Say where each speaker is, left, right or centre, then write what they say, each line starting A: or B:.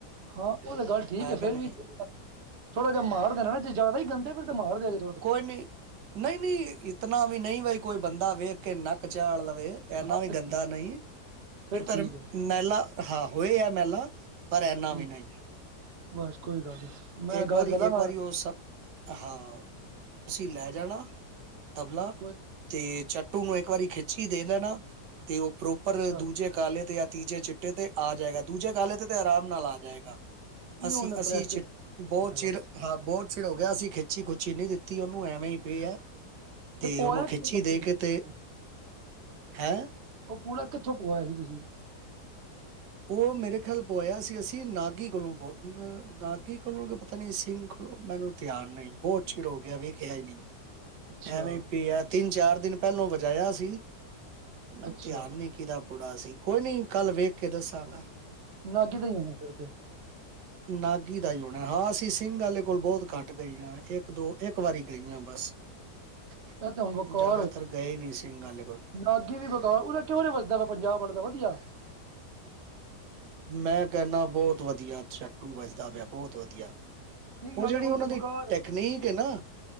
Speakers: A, on the right; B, on the right.
A: ਹਾਂ ਉਹ ਤਾਂ ਗੱਲ ਠੀਕ ਹੈ, ਫਿਰ
B: ਕਿ ਨਹੀਂ
A: ਵੀ ਥੋੜਾ ਜਿਹਾ ਮਾਰਦੇਣਾ ਨਾ ਜੇ ਜ਼ਿਆਦਾ ਹੀ ਗੰਦੇ ਫਿਰ ਤਾਂ ਮਾਰ ਦੇਆ ਜੇ।
B: ਕੋਈ ਨੀ ਨਹੀਂ, ਨਹੀਂ ਇਤਨਾ ਵੀ ਨਹੀਂ ਬਾਈ ਕੋਈ ਬੰਦਾ ਵੇਖ ਨਾਕ ਚਾੜ ਲਵੇ਼। ਇਨਾ
A: ਹਾਂ
B: ਵੀ ਗੰਦਾ ਨਹੀਂ
A: ਫਿਰ
B: ਪਰ
A: ਠੀਕ ਹੈ
B: ਮੈਲਾ ਹਾਂ ਹੋਏ ਆ ਮੈਲਾ ਪਰ ਇੰਨਾ
A: ਠੀਕ
B: ਵੀ ਨਹੀਂ।
A: ਹੈ ਬਸ ਕੋਈ ਗੱਲ ਨੀ। ਮੈਂ
B: ਇੱਕ
A: ਗੱਲ
B: ਵਾਰੀ,
A: ਕਰਾਂਗਾ
B: ਇੱਕ ਵਾਰੀ ਉਹ ਸਭ ਹਾਂ ਤੁਸੀਂ ਲੈ ਜਾਣਾ ਤਬਲਾ
A: ਕੋਈ
B: ਤੇ ਚਾ ਟੂ ਨੂੰ ਇੱਕ ਵਾਰੀ ਖੇਚ ਹੀ ਦੇਣਾ ਤੇ ਉਹ ਪ੍ਰੋਪਰ
A: ਅੱਛਾ
B: ਦੂਜੇ ਕਾਲੇ ਤੇ ਜਾਂ ਤੀਜੇ ਚਿੱਟੇ ਤੇ ਆ ਜਾਏਗਾ‌, ਦੂਜੇ ਕਾਲੇ ਤੇ, ਤੇ ਆਰਾਮ ਨਾਲ ਆ ਜਾਏਗਾ।
A: ਨਹੀਂ
B: ਅਸੀਂ,
A: ਉਹਨੇ
B: ਅਸੀਂ
A: ਪ੍ਰੈਕਟਿਸ
B: ਚਿ ਬਹੁਤ ਚਿਰ
A: ਬਸ
B: ਹਾਂ ਬਹੁਤ ਚਿਰ ਹੋ ਗਿਆ, ਅਸੀਂ ਖਿੱਚੀ ਖੁੱਚੀ ਨਹੀਂ ਦਿੱਤੀ ਉਹਨੂੰ ਐਵੇਂ ਹੀ ਪਿਆ। ਤੇ
A: ਪਵਾਇਆ
B: ਓਨੂੰ
A: ਕਿਦੇ
B: ਖਿੱਚੀ
A: ਕੋਲ
B: ਦੇ
A: ਸੀ ਤੁਸੀਂ?
B: ਕੇ ਤੇ, ਹੈਂ
A: ਉਹ ਪੂੜ ਕਿੱਥੋਂ ਪਆਇਆ ਸੀ ਤੁਸੀਂ?
B: ਉਹ ਮੇਰੇ ਖਿਆਲ ਪਇਆ ਸੀ ਅਸੀਂ ਨਾਗੀ ਕੋਲੋਂ ਪ ਨਾਗੀ ਕੋਲੋਂ ਪਤਾ ਨੀ ਸਿੰਘ ਕੋਲੋਂ ਮੈਨੂੰ ਧਿਆਨ ਨਹੀਂ, ਬਹੁਤ ਚਿਰ ਹੋ ਗਿਆ, ਵੇਖਿਆ ਹੀ ਨਹੀਂ
A: ਅੱਛਾ
B: ਐਵੇਂ ਪਿਆ, ਤਿੰਨ ਚਾਰ ਦਿਨ ਪਹਿਲੋਂ ਵਜਾਇਆ ਸੀ, ਮੈ
A: ਅੱਛਾ
B: ਧਿਆਨ ਨੀ। ਕੀਦਾ ਪੁੜਾ ਸੀ? ਕੋਈ ਨੀ ਕੱਲ ਵੇਖ ਕੇ ਦੱਸਾਂਗਾ।
A: ਨਾਗੀ ਦਾ ਹੀ ਹੋਣਾ। ਫਿਰ ਤੇ
B: ਨਾਗੀ ਦਾ ਹੀ ਹੋਣਾ। ਹਾਂ ਅਸੀਂ ਸਿੰਘ ਆਲੇ ਕੋਲ ਬਹੁਤ ਘੱਟ ਗਏ ਹਾਂ। ਇੱਕ-ਦੋ ਇੱਕ ਵਾਰੀ ਗਈਆ ਹਾਂ ਬਸ।
A: ਇਹ ਤੇ ਹੁਣ ਬਕਾਰ
B: ਜ਼ਿਆਦਾਤਰ
A: ਏ।
B: ਗਏ ਨਹੀਂ ਸਿੰਘ ਵਾਲੇ ਕੋਲ
A: ਨਾ ਗੀ ਵੀ ਬਕਾਰ ਉਹਦਾ ਕਿਉਂ ਨਈ ਵਜਦਾ ਵਾ ਪੰਜਾਬ ਵਾਲੇ ਦਾ ਵਧੀਆ
B: ਮੈਂ ਕੈਂਦਾ ਬੋਤ ਵਧੀਆ ਚਟੂ ਵਜਦਾ ਪਿਆ ਬੋਤ ਵਧੀਆ
A: ਸਿੰਘ
B: ਓ
A: ਵਾਲੇ
B: ਜੇੜੀ
A: ਕੋਲ
B: ਉਹਨਾਂ
A: ਤੇ
B: ਦੀ
A: ਬਕਾਰ
B: ਟੈਕਨੀਕ ਏ ਨਾ